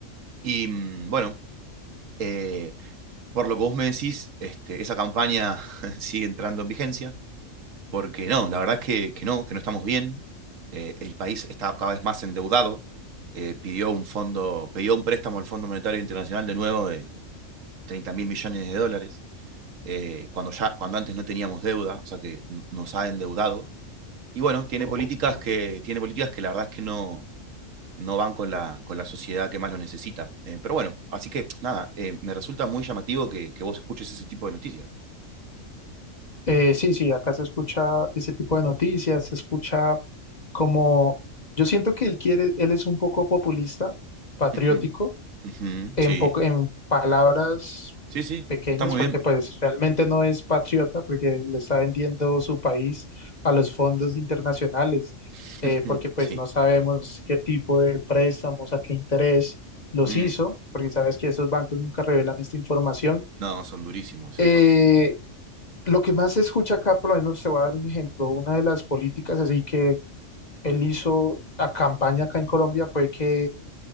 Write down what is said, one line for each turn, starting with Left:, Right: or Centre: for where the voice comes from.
Right: Y mm, bueno, eh, por lo que vos me decís, este, esa campaña <laughs> sigue entrando en vigencia porque no, la verdad es que, que no, que no estamos bien. Eh, el país está cada vez más endeudado. Eh, pidió un fondo, pidió un préstamo al Fondo Monetario Internacional de nuevo de treinta mil millones de dólares, eh, cuando, ya, cuando antes no teníamos deuda, o sea que nos ha endeudado. Y bueno, tiene
Left: Ok,
Right: políticas que, tiene políticas que la verdad es que no, no van con la, con la sociedad que más lo necesita. Eh, pero bueno, así que nada, eh, me resulta muy llamativo que, que vos escuches ese tipo de noticias.
Left: Eh, sí, sí, acá se escucha ese tipo de noticias, se escucha como, yo siento que él quiere, él es un poco populista, patriótico,
Right: Ujú, ujú,
Left: en
Right: sí,
Left: poco, en palabras
Right: sí, sí,
Left: pequeñas,
Right: está muy
Left: porque
Right: bien.
Left: pues realmente no es patriota, porque le está vendiendo su país a los fondos internacionales,
Right: <laughs>
Left: eh, porque pues
Right: Sí.
Left: no sabemos qué tipo de préstamos, a qué interés los
Right: Mm,
Left: hizo, porque sabes que esos bancos nunca revelan esta información.
Right: No, son durísimos, sí,
Left: Eh,
Right: obvio.
Left: lo que más se escucha acá, por lo menos te voy a dar un ejemplo, una de las políticas así que él hizo a campaña acá en Colombia fue que,